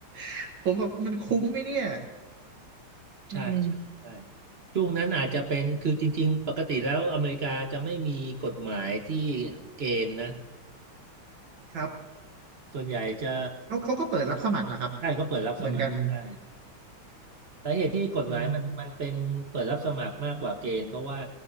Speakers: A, on the right; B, on the right.
A: <laughs> ผมแบบมันคุ้มไหมเนี่ย
B: ใช่ใช่ใช่
A: อืม
B: ช่วงนั้นอาจจะเป็นคือจริงๆปกติแล้วอเมริกาจะไม่มีกฎหมายที่เกณฑ์นะ
A: ครับ
B: ส่วนใหญ่จะ
A: เขาเขาก็เปิดรับสมัครแหละครับ
B: ใช่เขาเปิดรับสมัครใช่
A: เหมือนกัน
B: สาเหตุที่กฎหมายมันมันเป็นเปิดรับสมัครมากกว่าเกณฑ์เพราะว่า
A: อืม